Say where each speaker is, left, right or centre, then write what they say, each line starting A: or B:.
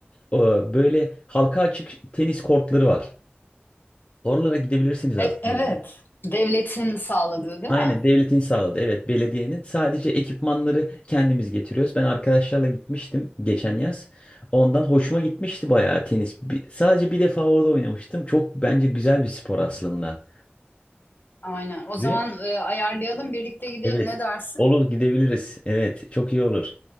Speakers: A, on the left; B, on the left.
A: Ee, böyle halka açık tenis kortları var. Oralara gidebilirsiniz aslında.
B: E- evet. Devletin sağladığı değil
A: Aynen
B: mi?
A: devletin sağladı. Evet belediyenin. Sadece ekipmanları kendimiz getiriyoruz. Ben arkadaşlarla gitmiştim geçen yaz. Ondan hoşuma gitmişti bayağı tenis. Bir- sadece bir defa orada oynamıştım. Çok bence güzel bir spor aslında.
B: Aynen. O
A: Ve
B: zaman e, ayarlayalım birlikte gidelim.
A: evet
B: Ne dersin?
A: olur gidebiliriz. Evet çok iyi olur.